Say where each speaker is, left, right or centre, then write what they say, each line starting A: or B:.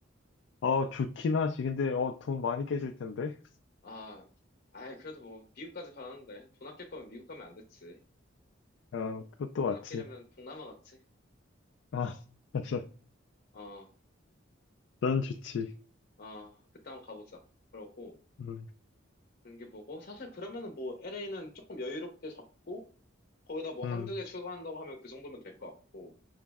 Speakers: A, on the left (about 70°); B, on the left (about 50°).
A: 어, 좋긴 하지. 근데, 어, 돈 많이 깨질 텐데.
B: 아, 아이, 그래도 뭐 미국까지 가는데 돈 아낄 거면 미국 가면 안 됐지.
A: 어, 그것도
B: 돈
A: 맞지.
B: 아끼려면 동남아 갔지?
A: 아, <laughs> 맞아.
B: 어,
A: 난 좋지.
B: 어, 그때 한번 가보자. 그러고.
A: 음,
B: 경기 보고 사실 그러면은 뭐 LA는 조금 여유롭게 잡고 거기다 뭐
A: 음,
B: 한두 개 추가한다고 하면 그 정도면 될 것 같고